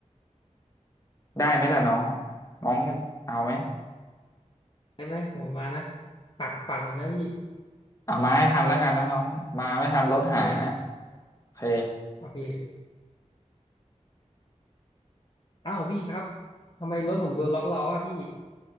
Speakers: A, on the left (about 25°); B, on the left (about 40°).
A: ได้ไหมล่ะน้องน้องเอาไหม
B: ได้ไหมผมมานะฝากฝากหน่อยนะพี่
A: เอามาให้ทันแล้วกันนะน้องมาไม่ทันรถหายนะ
B: โอเค
A: โอเค
B: เอาพี่อ้าวพี่ครับทำไมรถผมโดนล็อกล้ออ่ะพี่